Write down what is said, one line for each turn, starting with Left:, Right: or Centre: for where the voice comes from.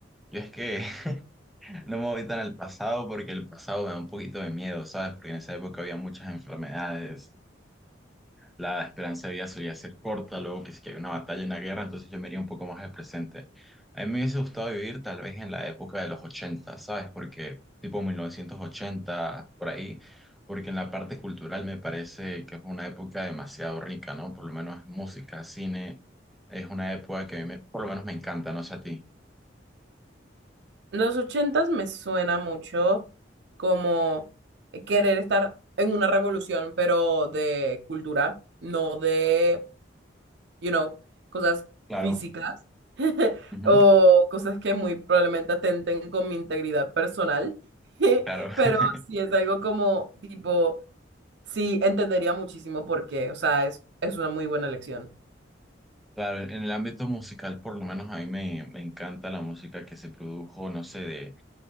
Centre: Yo es que <laughs> no me voy tan al pasado porque el pasado me da un poquito de miedo, ¿sabes? Porque en esa época había muchas enfermedades la esperanza de vida solía ser corta, luego que si que hay una batalla, una guerra, entonces yo me iría un poco más al presente. A mí me hubiese gustado vivir tal vez en la época de los ochenta ¿sabes? Porque tipo 1980 por ahí, porque en la parte cultural me parece que es una época demasiado rica, ¿no? Por lo menos música, cine, es una época que a mí me- por lo menos me encanta, no sé a ti.
Right: Los ochentas me suena mucho como querer estar en una revolución, pero de cultura, no de, you know, cosas
Centre: Claro.
Right: físicas <laughs>
Centre: Ujú.
Right: o cosas que muy probablemente atenten con mi integridad personal. <laughs>
Centre: Claro, <laughs>
Right: Pero sí es algo como tipo, sí entendería muchísimo por qué, o sea, es, es una muy buena elección.
Centre: claro, en el ámbito musical por lo menos a mí me, me encanta la música que se produjo, no sé, de